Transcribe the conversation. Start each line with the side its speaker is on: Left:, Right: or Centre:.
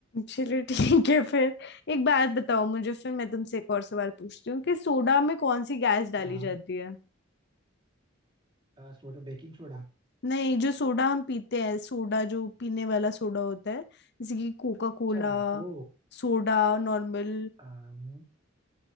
Left: चलो ठीक है फिर एक बात बताओ मुझे फिर मैं तुमसे एक और सवाल पूछती हूँ कि सोडा में कौन सी गैस डाली
Right: हाँ
Left: जाती है
Right: सोडा बेकिंग सोडा
Left: नहीं जो सोडा हम पीते हैं सोडा जो पीने वाला सोडा होता है जैसे कि Coca Cola
Right: अच्छा वो
Left: Soda normal
Right: अम,